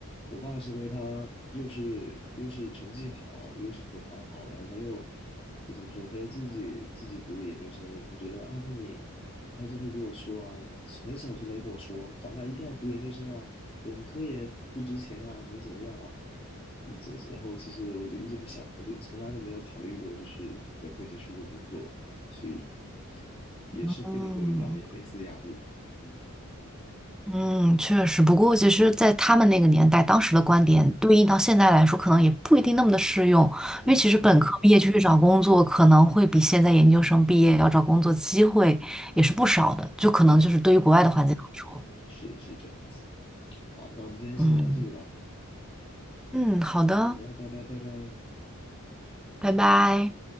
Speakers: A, on the left; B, in the centre.
A: 我爸是因为他又是又是成绩好，又是口才好，然后他又呃怎么说，他又自己自己读的研究生，他觉得啊，那你他就会跟我说啊，很小的时候他就跟我说，长大一定要读研究生啊，本科也不值钱啊，怎么怎么样啊，嗯，就是然后其实我就一直会想，我就从来都没有考虑过，就是本科结束就工作，所以也是跟你会有一样的类似的压力吧，
B: 嗯
A: 嗯，
B: 嗯，确实。不过其实，在他们那个年代，当时的观点对应到现在来说，可能也不一定那么的适用，
A: 是，
B: 因为其实本科毕业就去找工作，可能会比现在研究生毕业要找工作机会也是不少的，就可能就是对于国外的环境来说，
A: 对，是是这样子。好，那我们今天先聊到这里吧。
B: 嗯。嗯，好的，
A: 好的，拜拜拜拜。
B: 拜拜。